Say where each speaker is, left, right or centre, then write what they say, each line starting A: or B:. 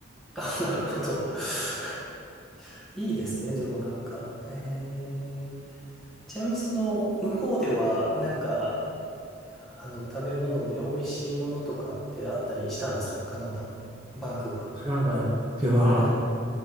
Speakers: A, in the centre; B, on the right (about 30°).
A: あ、<laughs> なるほど。<laughs> いいですね、でもなんか。ええ、ちなみにその、向こうでは、なんか、あの、食べ物で美味しいものとかってあったりしたんですかカナダは。バンクーバ
B: カナダでは、
A: ーは。はい。